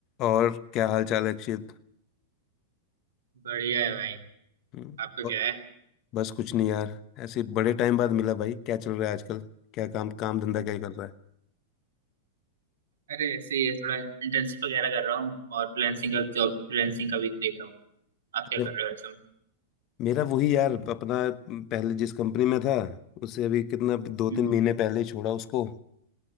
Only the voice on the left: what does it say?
और क्या हाल चाल है अक्षित
हम्म,
ब-
बस कुछ नहीं यार ऐसे बड़े टाइम बाद मिला भाई क्या चल रहा है आजकल क्या काम काम धंधा क्या कर रहा है
जब
मेरा वही यार अपना पहले जिस कंपनी में था उससे अभी कितना दो
तीन महीने पहले ही छोड़ा उसको